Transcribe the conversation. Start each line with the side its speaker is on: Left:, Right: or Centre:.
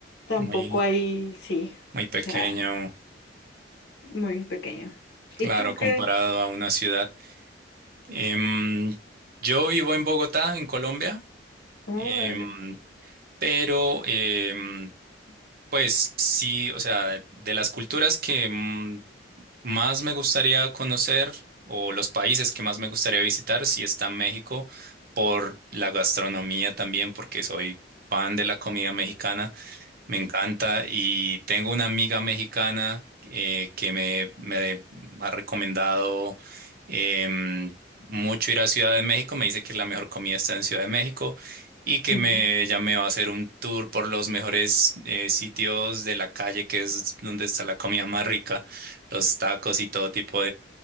Left: tampoco
Right: Muy,
Left: hay, sí,
Right: muy pequeño,
Left: o sea, muy pequeño.
Right: claro,
Left: ¿Y tú qué?
Right: comparado a una ciudad. Em, yo vivo en Bogotá, en Colombia,
Left: Oh,
Right: em,
Left: vale.
Right: pero em, pues sí, o sea, de las culturas que mm, más me gustaría conocer o los países que más me gustaría visitar, si está México, por la gastronomía también, porque soy fan de la comida mexicana. Me encanta y tengo una amiga mexicana eh, que me, me ha recomendado em, mucho ir a Ciudad de México. Me dice que la mejor comida está en Ciudad de México y que
Left: <laughs>
Right: me, ya me va a hacer un tour por los mejores eh, sitios de la calle, que es donde está la comida más rica, los tacos y todo tipo